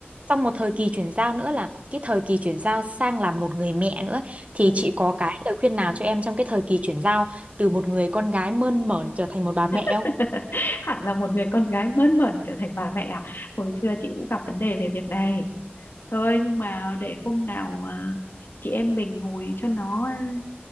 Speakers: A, on the right (about 35°); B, on the left (about 60°).
A: Xong một thời kỳ chuyển giao nữa là cái thời kỳ chuyển giao sang làm một người mẹ nữa thì
B: Ừ.
A: chị có cái lời khuyên nào cho em trong cái thời kỳ chuyển giao từ một người con gái mơn mởn trở thành một bà mẹ
B: <laughs>
A: không?
B: hẳn là một người con gái mơn mởn trở thành bà mẹ à? hồi xưa chị cũng gặp vấn đề về việc này thôi nhưng mà để hôm nào à, chị em mình ngồi cho nó à,